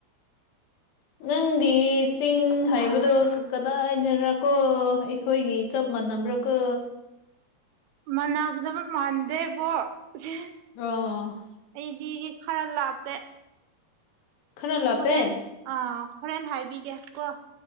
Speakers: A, on the left; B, on the right.
A: ꯅꯪꯗꯤ ꯆꯤꯡ ꯍꯥꯏꯕꯗꯣ ꯀꯗꯥꯏꯗꯔ ꯀꯣ ꯑꯩꯈꯣꯏꯒꯤ ꯆꯞ ꯃꯥꯟꯅꯕ꯭ꯔꯥꯀꯣ
B: ꯃꯥꯟꯅꯒꯗꯕ ꯃꯥꯟꯗꯦꯕꯣ <unintelligible>
A: ꯑꯣ
B: ꯑꯩꯗꯤ ꯈꯔ ꯂꯥꯞꯄꯦ
A: ꯈꯔ ꯂꯥꯞꯄꯦ
B: ꯍꯣꯔꯦꯟ ꯑ ꯍꯣꯔꯦꯟ ꯍꯥꯏꯕꯤꯒꯦ ꯀꯣ